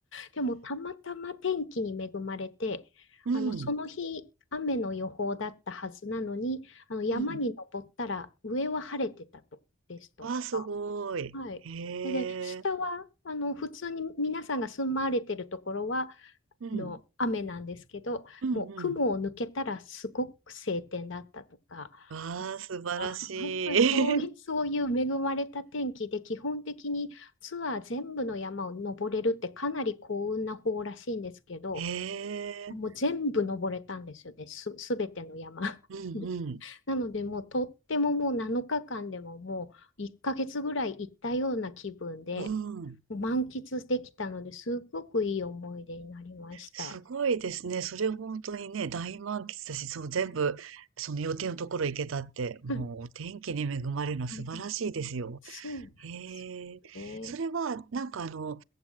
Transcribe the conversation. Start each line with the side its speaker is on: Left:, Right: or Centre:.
Left: でもたまたま天気に恵まれて、
Right: うん。
Left: あのその日、雨の予報だったはずなのに、あの山に登ったら上は晴れてたとですとか。
Right: うん。わあ、すごい。
Left: はい。
Right: へ
Left: で、下は、
Right: え。
Left: あの、普通に皆さんが住まわれてるところは、あ
Right: うん。
Left: の、雨なんですけど、
Right: うん。
Left: もう雲を抜けたらすごく晴天だったとか、
Right: うん。わあ、素晴らし
Left: あ <laughs> そうい、
Right: い。<laughs>
Left: そういう恵まれた天気で、基本的にツアー全部の山を登れるってかなり幸運な方らしいんですけど、
Right: へ
Left: もう全部登れたんですよね。
Right: え。
Left: す、すべての山に。
Right: うん。
Left: <laughs> なので、もうとってももう7日間でももう1ヶ月ぐらい行ったような気分で、
Right: うん。うん。
Left: もう満喫できたので、すごくいい思い出になりました。
Right: すごいですね。それ本当にね、大満喫だし、そう全部、その予定のところ行けたって、もうお天気に恵まれるのは素晴らしいですよ。
Left: はい。そうなんですよね。
Right: へえ。それは、なんかあの、